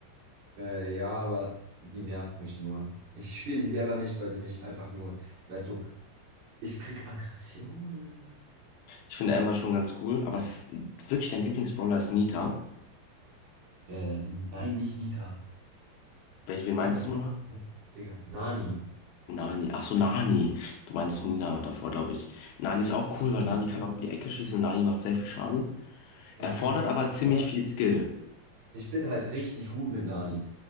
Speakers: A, on the right; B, on the left.
A: Äh, ja, aber die nervt mich nur. Ich spiele sie selber nicht, weil sie mich einfach nur, weißt du, ich krieg Aggressionen.
B: Ich finde Amber schon ganz cool, aber f- wirklich dein Lieblingsbrawler ist Nita.
A: Äh, nein, nicht Nita.
B: Welch, wen
A: Nina.
B: meinst du nochmal?
A: Ne? Digga. Nani.
B: Nani. Achso, Nani. Du meinst Nina davor, glaube ich. Nani ist auch cool, weil Nani kann auch um die Ecke schießen. Nani macht sehr viel Schaden.
A: Nani
B: Erfordert
A: ist,
B: aber ziemlich
A: ja,
B: viel Skill.
A: ich bin halt richtig gut mit Nani.